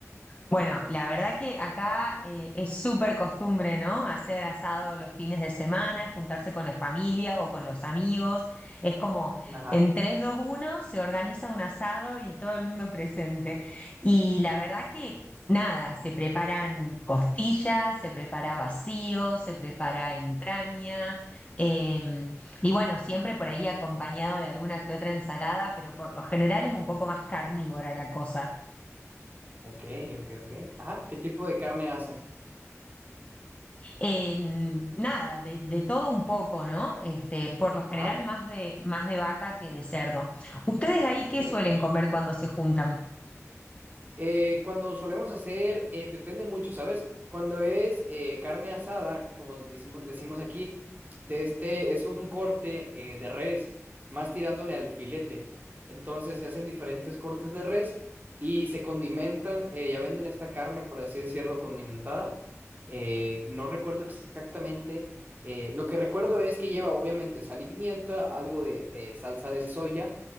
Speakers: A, on the left; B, on the right.
A: Bueno, la verdad que acá eh, es súper costumbre, ¿no? Hacer asado los fines de semana, juntarse con la familia o con los amigos. Es como
B: Ajá.
A: en tres, dos, uno se organiza un asado y todo el mundo presente. Y la verdad que nada, se preparan costillas, se prepara vacío, se prepara entraña. em, y bueno, siempre por ahí acompañado de alguna que otra ensalada, pero por lo general es un poco más carnívora la cosa.
B: Ok, ok, ok. Ajá. ¿Qué tipo de carne hacen?
A: Eh, nada, de, de todo un poco, ¿no? Este, por lo general
B: Ajá.
A: más de, más de vaca que de cerdo. ¿Ustedes ahí
B: Ok.
A: qué suelen comer cuando se juntan?
B: Eh, cuando solemos hacer, eh, depende mucho, ¿sabes? Cuando es eh, carne asada, como decimos, decimos aquí, de este es un corte eh, de res, más tirándole al filete. Entonces se hacen diferentes cortes de res y se condimentan, eh, ya venden esta carne, por así decirlo, condimentada. Eh, no recuerdo exactamente. eh, lo que recuerdo es que lleva obviamente sal y pimienta, algo de eh, salsa de soya